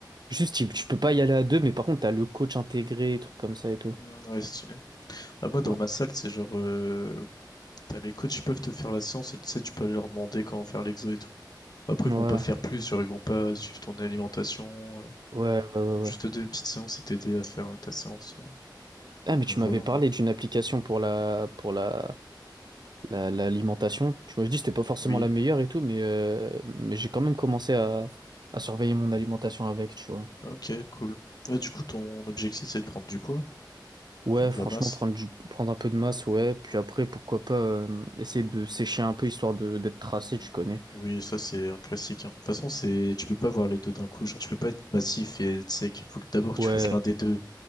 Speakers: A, on the right; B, on the left.
A: Juste, tu, tu peux pas y aller à deux, mais par contre, t'as le coach intégré, trucs comme ça et tout.
B: hein. Mm, Ouais, stylé. Bah, moi, dans
A: Ouais.
B: ma salle, c'est genre, euh, t'as les coachs, ils peuvent te faire la séance et tu sais, tu peux aller leur demander comment faire l'exo et tout. Après,
A: Ouais,
B: ils vont pas faire plus, genre, ils vont pas suivre ton alimentation. euh.
A: ouais, ouais, ouais.
B: Ils
A: ouais.
B: vont juste te donner une petite séance et t'aider à faire euh, ta séance. ouais.
A: Ah, mais
B: Genre,
A: tu
B: voilà,
A: m'avais parlé
B: en mode.
A: d'une application pour la, pour la, la- l'alimentation. Tu m'avais dit que c'était pas forcément
B: Oui,
A: la meilleure et tout, mais, euh, mais j'ai quand même commencé à, à surveiller mon alimentation avec, tu vois.
B: ok, cool. Ouais, du coup, ton objectif, c'est de prendre du poids,
A: Ouais,
B: prendre
A: franchement,
B: de la masse.
A: prendre du- prendre un peu de masse, ouais. Puis après, pourquoi pas euh, essayer de sécher un peu histoire de d'être tracé,
B: Mm.
A: tu connais.
B: Oui, ça c'est un classique. hein. De toute façon, c'est tu peux pas voir les deux d'un coup. Genre, tu peux pas être massif et être sec. Il faut que d'abord
A: Ouais,
B: tu fasses l'un des deux.